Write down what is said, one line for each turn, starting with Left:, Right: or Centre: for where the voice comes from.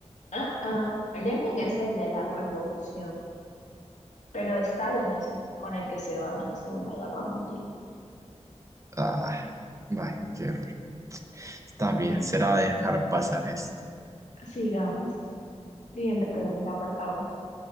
Left: Ah, ah, Lenin es el de la revolución, pero Stalin es el con el que se van a la Segunda Guerra Mundial.
Right: Ah, vaya, qué horror. Está
Left: Mm,
Right: bien,
Left: Bueno,
Right: será dejar pasar esto.
Left: sigamos. Siguiente pregunta, por favor.